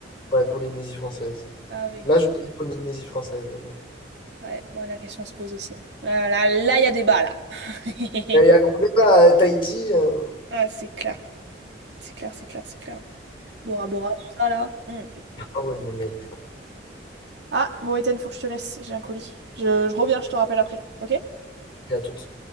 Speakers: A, on the left; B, on the right.
A: Ouais, Polynésie française.
B: Ah oui,
A: Là, je dis Polynésie française. ouais.
B: ouais, moi la question se pose aussi. Là, là, là, il y a débat, là. <laughs>
A: Il y a gros débat, euh, Tahiti. euh,
B: Ah, c'est clair, c'est clair, c'est clair, c'est clair. Bora Bora, tout ça là. Hmm.
A: Ah ouais, non, mais.
B: Ah, bon, Ethan faut que je te laisse, j'ai un colis. Je, je reviens, je te rappelle après, ok?
A: Et à toutes.